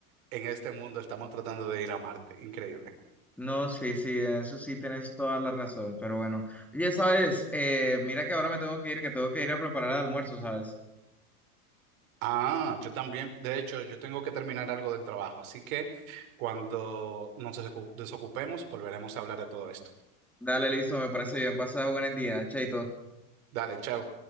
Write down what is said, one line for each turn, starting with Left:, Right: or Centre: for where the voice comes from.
Right: en este mundo, estamos tratando de ir a Marte, increíble.
Centre: No, sí, sí, en eso sí tienes toda la razón, pero bueno. Oye, sabes, eh, mira que ahora me tengo que ir, que tengo que ir a preparar el almuerzo, ¿sabes?
Right: Ah, yo también. De hecho, yo tengo que terminar algo del trabajo, así que cuando nos desocu- desocupemos, volveremos a hablar de todo esto.
Centre: Dale, listo, me parece bien, pasa buen día, chaito.
Right: Dale, chao.